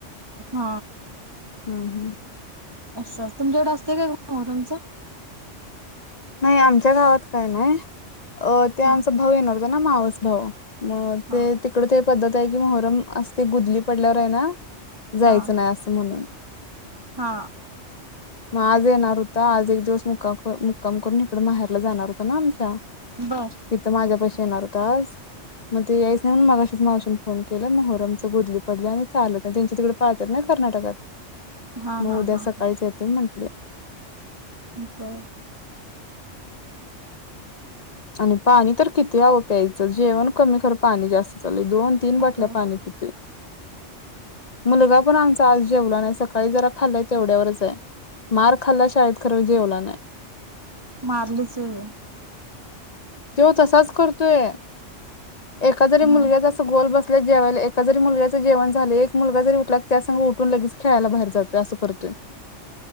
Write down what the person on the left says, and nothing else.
हम् हम्
नाही आमच्या गावात काय नाय अ ते
आमचा भाऊ येणार होता ना मावास भाऊ मग
ते तिकड ते पद्धत आहे की मोहरम असते गुदली पडल्यावर आहे ना जायचं
नाही असं म्हणून
मग आज येणार होता आज एक दिवस मुक्काम कम करून इकडे माहेरला जाणार हो आमच्या
तिथं माझ्या पशी येणार होताना मग आज नाही म्हणून मगाशीच मावशीन फोन केला मोहरमंच बुडली पडलीया आणि चालत नाय त्यांची तिकड पाळतयत ना कर्नाटकात
मग
उद्या
सकाळीच येतोय म्हण ह
आणि पाणी तर किती हवं प्यायचं जेवण कमी खर पाणी जास्त चले दोन तीन बाटल्या
पाणी पितय मुलगा पण आमचा आज जेवला नाही सकाळी जरा खाल्लाय तेवढ्यावरच आहे मार खाल्ला शाळेत खरं जेवला नाही
तो तसाच करतोय एका जरी
मुलग्याचा अस गोल बस जेवाला एका जरी मुलग्याच जेवण झाले एक मुलगा जरी उठला त्या सं उठून लगेच खेळायला बाहेर जातोय अस करतोय